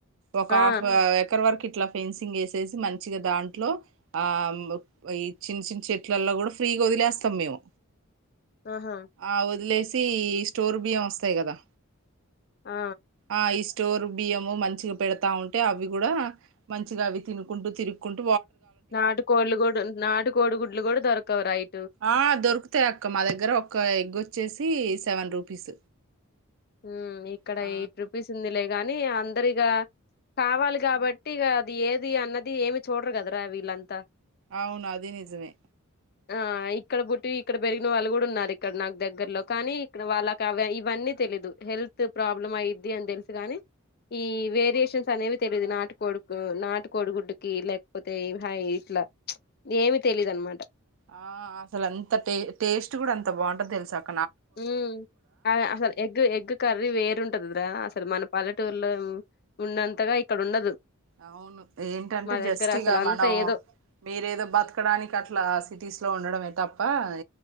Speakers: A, on the right; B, on the left.
A: ఒక
B: ఆ
A: హాఫ్ ఎకర్ వరకు ఇట్లా ఫెన్సింగ్ ఏసేసి మంచిగ దాంట్లో ఆ ఇ చిన్న చిన్న చెట్లల్లో కూడా ఫ్రీగా వదిలేస్తాం మేము
B: ఆహా
A: ఆ వదిలేసి స్టోర్ బియ్యం వస్తాయి కదా
B: ఆ
A: ఆ ఈ స్టోర్ బియ్యము మంచిగా పెడతా ఉంటే అవి కూడా మంచిగా అవి తినుకుంటూ తిరుగుకుంటూ
B: నాటు కోళ్లు కూడా నాటు కోడుగుడ్లు కూడా దొరకవుర యి
A: ఆ దొరుకుతాయి అక్క మా దగ్గర ఒక ఎగ్ వోచ్చేసి సెవెన్ రూపీస్
B: ఉ ఇక్కడ
A: ఆ
B: ఎయిట్ రుపీస్ ఉంది లే కానీ అందరిగ కావాలి కాబట్టి ఇక అది ఏది అన్నది ఏమి చూడరు కదరా వీళ్ళంతా
A: అవును అది నిజమే
B: ఆ ఇక్కడ పుట్టి ఇక్కడ పెరిగిన వాళ్ళు కూడా ఉన్నారు ఇక్కడ నాకు దగ్గర్లో కానీ ఇక్కడ వాళ్ళకి అ ఇవన్నీ తెలీదు హెల్త్ ప్రాబ్లం అయిద్ది అని తెలుసు కాని ఈ వేరియేషన్స్ అనేవి తెలీయదు నాటుకోడు నాటు కొడుగుడ్డుకి లేకపోతే అహ ఇట్లా ఏమి తెలీదు అనమాట
A: ఆ అసలు అంత టే టేస్ట్ కూడా అంత బాగుంటది తెలుసా అ
B: ఉ అసలు ఎగ్ ఎగ్ కర్రీ వేరుంటదిరా అసలు మన పల్లెటూరులో ఉన్నంతగా ఇక్కడ ఉండదు
A: అవును ఏంటంటే
B: మా
A: జస్ట్
B: దగ్గర
A: ఇగ
B: అసలు అంతా
A: మనం
B: ఏదో
A: మీరేదో బతకడానికి అట్లా సిటీస్ లో ఉండడమే తప్ప పయ్ <unintelligible>